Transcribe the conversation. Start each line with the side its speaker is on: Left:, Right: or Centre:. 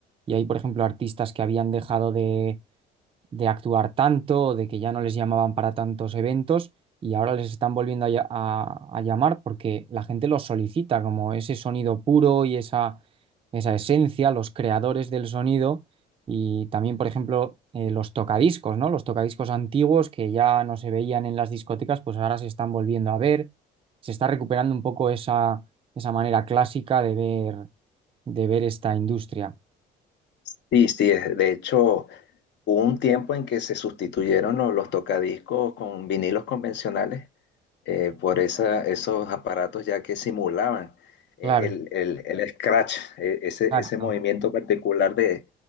Right: Y hay, por ejemplo, artistas que habían dejado de de actuar tanto, de que ya no les llamaban para tantos eventos y ahora les están volviendo a, lla- a- a llamar porque la gente los solicita, como ese sonido puro y esa, esa esencia, los creadores del sonido y también, por ejemplo, eh, los tocadiscos, ¿no? Los tocadiscos antiguos que ya no se veían en las discotecas, pues ahora se están volviendo a ver, se está recuperando un poco esa, esa manera clásica de ver, de ver esta industria.
Left: Sí, sí, es- de hecho, Hubo un tiempo en que se sustituyeron lo- los, tocadiscos con vinilos convencionales eh, por esa, esos aparatos ya que simulaban eh,
Right: Claro,
Left: el, el- el scratch, eh, ese,
Right: exacto.
Left: ese movimiento particular de,